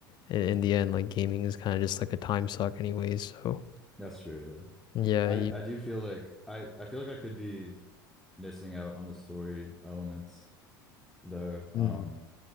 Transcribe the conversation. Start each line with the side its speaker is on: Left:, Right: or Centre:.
Left: in, in the end, like gaming is kind of just like a time suck anyways. So
Centre: That's true, yeah.
Left: yeah,
Centre: I
Left: you
Centre: I do feel like I I feel like I could be missing out on the story elements though. Um
Left: mm,